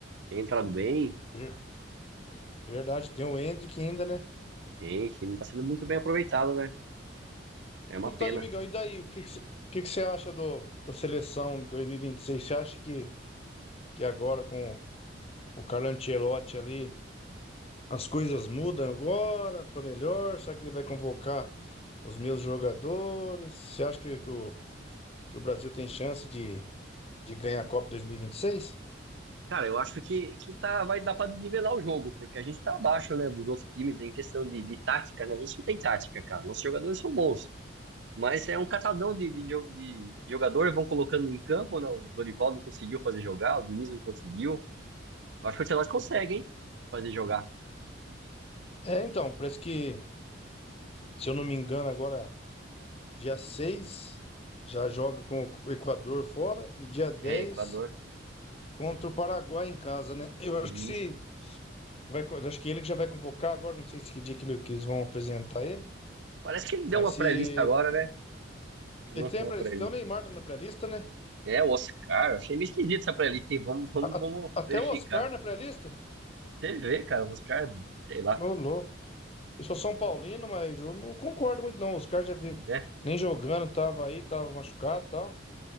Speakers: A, on the right; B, on the left.
A: tem entrado bem,
B: Ver- Verdade, tem o Endrick ainda, né?
A: tem, que não tá sendo muito bem aproveitado, né? É uma
B: Então,
A: pena.
B: e, amigão, e daí? O que que você que que você acha do, da seleção 2026? Você acha que, que agora com o Carlo Ancelotti ali. As coisas mudam agora para melhor. Será que ele vai convocar os meus jogadores? Você acha que, que o, que o Brasil tem chance de, de ganhar a Copa dois mil e e vinte e seis?
A: Cara, eu acho que, que tá, vai dar pra nivelar o jogo, porque a gente tá abaixo, né, dos outros times em questão de, de tática, né? A gente não tem tática, cara. Nossos jogadores são bons. Mas é um catadão de, de, jo- de jogador, vão colocando em campo, né? O Dorival não conseguiu fazer jogar, o Diniz não conseguiu. Eu acho que o Ancelotti consegue, hein? Fazer jogar.
B: É, então, parece que, se eu não me engano, agora dia 6 já joga com o Equador fora e dia 10
A: É, Equador.
B: contra o Paraguai em casa, né? Eu
A: Isso.
B: acho que se vai, co- acho que ele que já vai convocar agora, não sei se que dia que, ele- que eles vão apresentar ele,
A: Parece que ele deu
B: mas
A: uma
B: se
A: playlist agora, né? Ele
B: ele
A: lançou
B: tem, a pré-
A: uma playlist.
B: então o Neymar tá na pré-lista, né?
A: É, o Oscar. Achei meio esquisito essa playlist. hein? Vamos, vamos,
B: A-
A: vamos
B: Até
A: verificar.
B: o Oscar na pré-lista?
A: Você vê, cara, o Oscar, sei lá,
B: Ô, louco. Eu sou São Paulino, mas eu não concordo muito, não. O Oscar já vi
A: né?
B: nem jogando, tava aí, tava machucado e tal.